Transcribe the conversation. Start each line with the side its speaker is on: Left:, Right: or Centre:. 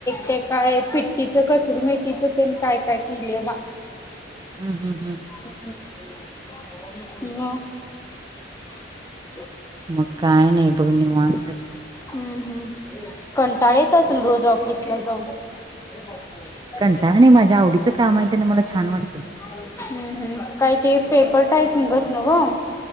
Left: ते काय पिट्टीच कसूरी मेथीच ते काय काय केली बा
Right: हम् हम्
Left: <unintelligible> <inaudible>
Right: मग काय नाही बघ निवा निवांत
Left: हम्म हम् कंटाळा येत असेल रोज ऑफिसला जाऊन <unintelligible>
Right: कंटाळा नाही माझ्या आवडीचं काम आहे त्याने मला छान वाटते
Left: हम्म हम् काय ते पेपर टायपिंगच नव्हं